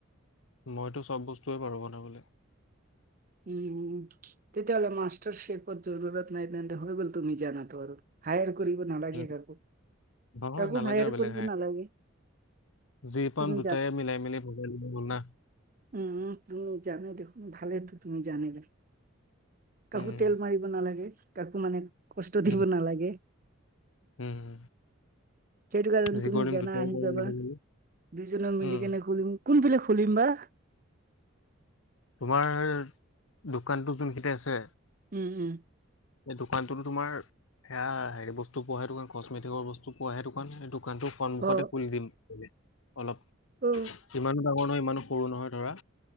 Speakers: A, on the left (about 75°); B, on the right (about 40°).
A: মইতো চব বস্তুৱেই পাৰোঁ বনাবলে।
B: উম, তেতিয়াহলে মাষ্টাৰ শেপত জৰুৰত নাই, তেন্তে হৈ গ'ল তুমি জানাতো আৰু হায়াৰ কৰিব নালাগে
A: উম
B: কাকো-কাকো
A: নহয় নালাগে
B: হায়াৰ
A: আৰু বেলেগ
B: কৰিব নালাগে।
A: যি পাম
B: তুমি
A: দুটায়েই মিলাই মিলি ভগাই ল'লেই হ'ল না।
B: উম-উম, জানো দেখোন ভালেই তো। তুমি জানিবা, কাকো
A: উম
B: তেল মাৰিব নালাগে কাকো মানে কষ্ট দিব
A: উম
B: নালাগে।
A: উম,
B: সেইটো কাৰণে
A: যি
B: তুমি
A: কৰিম
B: জানা
A: দুটাই
B: আহি
A: কৰিম
B: যাবা
A: মিলি মিলি
B: দুইজনক মিলি
A: উম
B: কেনে ঘুৰিম। কোনফালে খুলিম বা?
A: তোমাৰ দোকানটো যোন দোকানতো যুনপিতে আছে।
B: উম-উম।
A: এই দোকানটোতো তোমাৰ সেয়া হেৰি বস্তু পোৱাহে দোকান কচমেটিকৰ বস্তু পোৱাহে দোকান। দোকানটোৰ সন্মুখতে
B: অ
A: খুলি দিম, অলপ
B: অ
A: কিমান ডাঙৰ নহয় ইমানো সৰু নহয় ধৰা,